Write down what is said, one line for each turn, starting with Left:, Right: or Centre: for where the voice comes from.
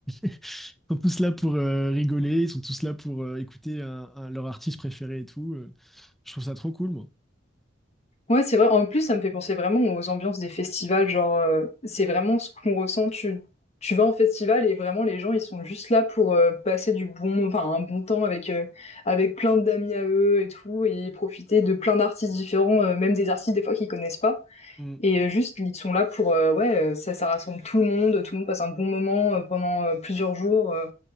Centre: <laughs> sont tous là pour euh, rigoler, ils sont tous là pour euh, écouter un- un- leur artiste préféré et tout. euh. je trouve ça trop cool, moi.
Left: Ouais, c'est vrai. En plus, ça me fait penser vraiment aux ambiances des festivals. Genre, euh, c'est vraiment ce qu'on ressent. Tu, tu vas en festival et vraiment, les gens, ils sont juste là pour euh, passer du bon, enfin, un bon temps avec, euh, avec plein d'amis à eux et tout, et profiter de plein d'artistes différents, euh, même des artistes des fois qu'ils connaissent pas.
Centre: Mm.
Left: Et euh, juste, ils sont là pour, euh, ouais, euh, ça, ça rassemble tout le monde. Tout le monde passe un bon moment euh, pendant euh, plusieurs jours euh,